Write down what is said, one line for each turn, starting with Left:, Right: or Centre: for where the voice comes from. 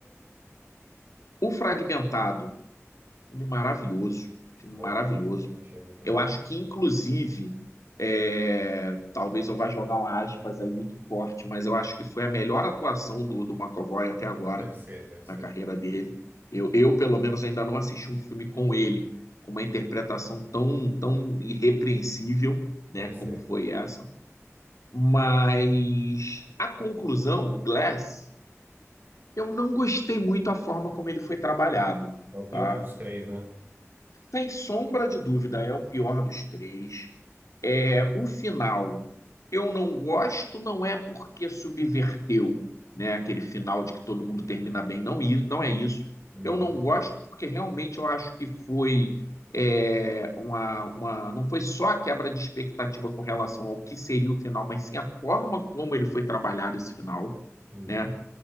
Left: O Fragmentado. Filme maravilhoso, filme
Right: Bom
Left: maravilhoso.
Right: também. Achei muito
Left: Eu
Right: bom.
Left: acho que, inclusive, é, talvez eu vá jogar uma aspas aí muito forte, mas eu acho que foi a melhor atuação do, do McAvoy até agora,
Right: Deve ser, deve ser,
Left: na carreira dele. Eu, eu, pelo menos, ainda não assisti um filme com ele, com uma interpretação tão, tão irrepreensível, né,
Right: deve
Left: como
Right: ser.
Left: foi essa. Mas a conclusão, o Glass, eu não gostei muito a forma como ele foi trabalhado,
Right: É o pior
Left: tá?
Right: dos três, né?
Left: Sem sombra de dúvida, é o pior dos três. É, o final, eu não gosto, não é porque subverteu, né, aquele final de que todo mundo termina bem, não, i- não é isso.
Right: Uhum,
Left: Eu não gosto porque realmente eu acho que foi é, uma, uma, não foi só a quebra de expectativa com relação ao que seria o final, mas sim a forma como ele foi trabalhado esse final,
Right: uhum.
Left: né?